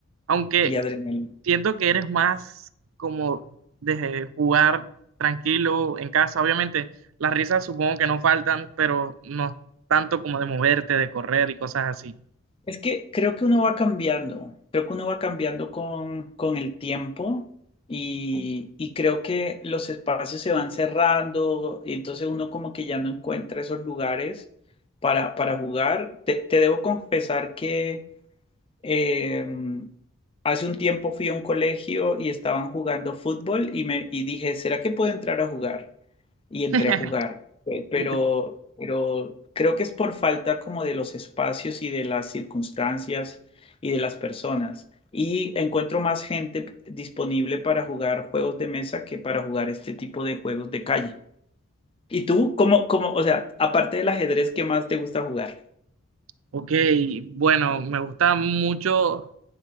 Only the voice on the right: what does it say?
Aunque
siento que eres más como de jugar tranquilo en casa. Obviamente, las risas supongo que no faltan, pero no tanto como de moverte, de correr y cosas así.
<laughs>
Increíble.
Ok, bueno, me gusta mucho